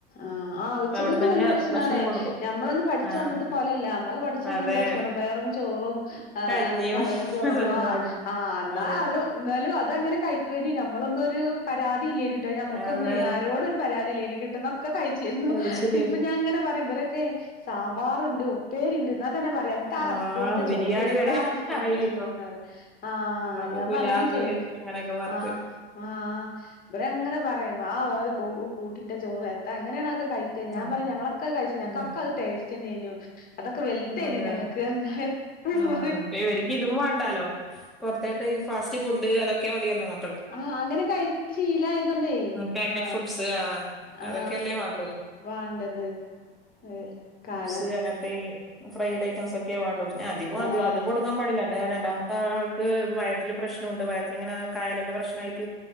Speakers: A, on the left (about 30°); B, in the centre.
A: ആഹ് ആ ഉച്ചക്കൊക്കെ
B: അപ്പൊ അവിടെ തന്നെ
A: നല്ല ഭക്ഷണണ
B: ഭക്ഷണം കൊടുക്കും
A: ഞമ്മളൊന്ന് പഠിച്ചു
B: ആ
A: തന്നത്തെ പോലെല്ല നമ്മളൊക്കെ പഠിച്ചു തന്ന
B: അതെ
A: എന്താ ചെറുപയറും ചോറുംഅങ്ങനെ
B: കഞ്ഞിയും
A: കടലും ചോറും
B: അതെല്ലാം
A: ആ
B: ആയിരുന്നു.
A: ആ എന്നാൽ
B: അതെ
A: അത് എന്നാലും അത അങ്ങനെ കഴിക്കന നമ്മളൊന്നൊരു പരാതിയില്ലേന കിട്ടോ നമുക്കൊന്നന്ന്
B: അത്
A: ആരോടൊ ഒരു പരാതിയില്ലേക്ക് കിട്ട പൊക്കെ കഴിച്ചിരുന്നു
B: അത് ശരിയാ
A: ഇപ്പൊ ഞാൻ ഇങ്ങനെ പറയുമ്പരൊക്കെ സാമ്പാറുണ്ട് ഉപ്പേരി ഉണ്ട് എന്നാ തന്നെ പറയാ എത്താ
B: ആ
A: അസ്കൂളത്തെ
B: ബിരിയാണി
A: ചോറ് എത്താ
B: വരെ
A: അസ്കൂളത്തെ
B: ആയില്ല
A: ചോറ്ന്ന
B: ഇപ്പൊ
A: പറ ആ
B: അപ്പൊ
A: ഞാൻ പറയ
B: പുലാവ്
A: പറയുന്ന ചെയ്യുംഅ
B: അങ്ങനെയൊക്കെ പറഞ്ഞിട്ട്
A: ആ ആ ആ ഇവരെ അങ്ങനെ പറയുന്ന ആ് ഒരു കൂട്ടയിട്ട ചോറ് എത്താ എങ്ങനെയണൊക്കെ കഴിക്ക ഞാൻ
B: ആ
A: പറയും ഞങ്ങളൊക്ക കഴിച്ച ഞങ്ങൾക്ക
B: അതെ
A: അത് ടസ് ന്നെനു അതൊക്കെ വലുതായിനു
B: അതെ
A: ഞങ്ങൾക്ക് ഞാൻ എപ്പോഴും
B: ഉം
A: പറ
B: ഇപ്പ ഇവർക്ക് ഇതും വേണ്ടാലോ പുറത്തേത്തെ ഈ ഫാസ്റ്റ് ഫുഡ് അതൊക്കെ മതിയല്ലോ മക്ക
A: ആഹ അങ്ങനെ കഴിച്ച ശീലമായതൊണ്ടേ
B: പാക്കറ്റ്
A: ആ
B: ഫുഡ്സ് ആ
A: ആ
B: അതൊക്കെയല്ലേ വേണ്ടു
A: വേണ്ടത് ഏ കാര
B: ്സ് അങ്ങനത്തെ ഈ ഫ്രൈഡ് ഐറ്റംസ് ഒക്കെ വേണ്ട പിന്നെ അധിക അ
A: ആഹ്
B: അതും കൊടുക്കാൻ പാടില്ല രണ്ടാമത്തെ ആ ക്ക് വയട്ട പ്രശ്നമുണ്ട് വയങ്ങനെ കായല പ്രശ്നായിട്ടു